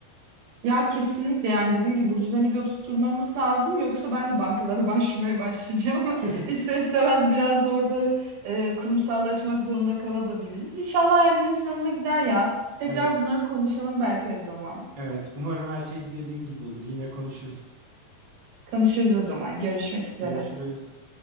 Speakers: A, on the right; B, on the right.
A: Ya kesinlikle yani dediğim gibi bu düzeni bir oturtmamız lazım yoksa ben de bankalara başvurmaya başlayacağım.
B: <laughs>
A: <laughs> İster istemez biraz da orada e, kurumsallaşmak zorunda kalabiliriz. İnşallah hayallerimiz yolunda gider ya. Tekrar
B: Evet,
A: bunları konuşalım belki o zaman.
B: evet. Umarım her şey dediğin gibi olur. Yine konuşuruz.
A: Konuşuruz o zaman. Görüşmek üzere.
B: Görüşürüz.